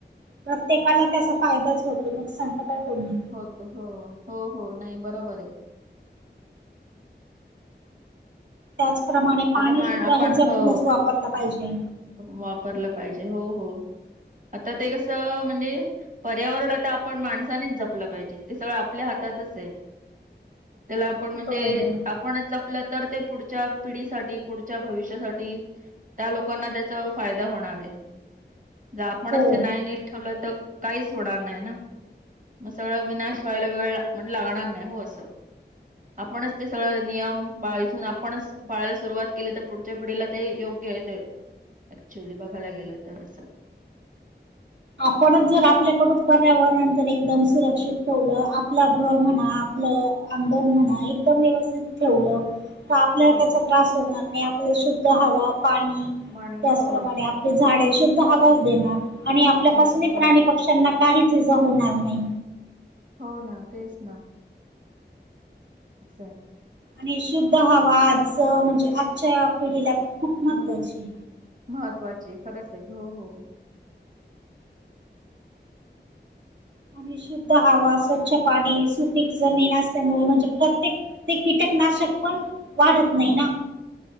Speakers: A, on the right (about 80°); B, on the right (about 45°).
A: प्रत्येकाला त्याचा फायदाच होतो नुकसान तर काय होत नाही
B: होत हो हो हो नाही बरोबर आहे
A: त्याचप्रमाणे पाणी
B: आता मा
A: सुद्धा
B: आपण
A: हे जपूनच
B: हो
A: वापरलं पाहिजे
B: वापरलं पाहिजे हो हो आता ते कसं म्हणजे पर्यावरण आता आपण माणसानीच जपलं पाहिजे ते सगळं आपल्या हातातच हे त्याला आपण म्हणजे
A: बरोबर
B: आपणच जपलं तर ते पुढच्या पिढीसाठी पुढच्या भविष्यासाठी त्या लोकांना त्याचा फायदा होणार आहे ज आपण
A: हो
B: असं नाही नीट ठेवलं तर काहीच होणार नाही ना मग सगळं विनाश व्हायला वेळ म्हण लागणार नाही हो असं आपणच ते सगळं नियम पाळायचं आपणच पाळायला सुरुवात केली तर पुढच्या पिढीला ते योग्य येते ऍक्च्युअली बघायला गेलं तर असं
A: आपणच जर आपल्याकडून पर्यावरण जर एकदम सुरक्षित ठेवलं आपलं घर म्हणा आपलं अंगण म्हणा एकदम व्यवस्थित ठेवलं तर आपल्या
B: हो
A: त्याचा त्रास होणार नाही शुद्ध हवा पाणी
B: म्हणे
A: त्याचप्रमाणे
B: हो
A: झाडे शुद्ध हवाच देणार आणि आपल्यापासूनही
B: जाण हो
A: प्राणी पक्ष्यांना काहीच इजा होणार नाही
B: हो ना तेच ना <unintelligible>
A: आणि शुद्ध हवा आज म्हणजे आजच्या पिढीला खूप महत्त्वाची
B: ह महत्त्वाची खरंच आहे हो हो
A: आणि शुद्ध हवा स्वच्छ पाणी सुपीक जमीन असल्यामुळे म्हणजे प्रत्येक. ते कीटकनाशक पण वाढत नाही
B: हो
A: ना.